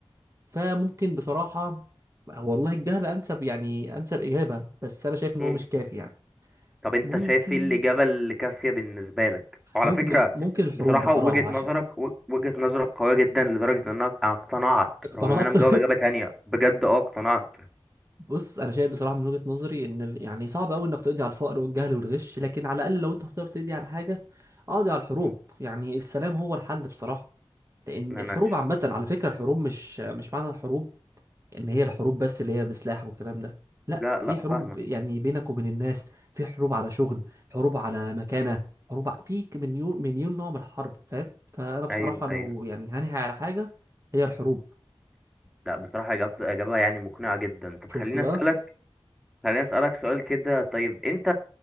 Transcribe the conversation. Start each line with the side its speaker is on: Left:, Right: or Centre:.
Right: فممكن بصراحة والله الجهل أنسب يعني أنسب إجابة بس أنا شايف إن
Centre: امم
Right: هو مش كافي يعني
Centre: طب انت
Right: ممكن
Centre: شايف ايه الإجابة اللي كافية بالنسبة لك وعلى
Right: ممكن
Centre: فكرة
Right: ممكن الحروب
Centre: بصراحة
Right: بصراحة
Centre: وجهة
Right: عشان
Centre: نظرك و- وجهة نظرك قوية جدا لدرجة ان انا أنا اقتنعت
Right: اقتنعت
Centre: رغم ان انا مجاوب
Right: <laughs>
Centre: إجابة تانية بجد اه اقتنعت
Right: بص أنا شايف بصراحة من وجهة نظري إن ال- يعني صعب أوي إنك تقضي على الفقر والجهل والغش لكن على الأقل لو أنت هتقدر تقضي على حاجة اقضي على الحروب
Centre: مم.
Right: يعني السلام هو الحل بصراحة لأن
Centre: ان انا
Right: الحروب
Centre: ش...
Right: عامة على فكرة الحروب مش مش معنى الحروب ان هي الحروب بس اللي هي بسلاح والكلام ده لا
Centre: لا
Right: في
Centre: لا
Right: حروب
Centre: فاهمك
Right: يعني بينك وبين الناس في حروب على شغل حروب على مكانة حروب ع- في ك- مليون مليون نوع من الحرب فاهم فانا بصراحة
Centre: ايوه
Right: لو
Centre: ايوه
Right: يعني هنهي على حاجة هي الحروب
Centre: لا بصراحة إجابة إجابة يعني مقنعة جدا طب
Right: شفت
Centre: خليني
Right: بقى
Centre: أسألك خليني أسألك سؤال كده طيب أنت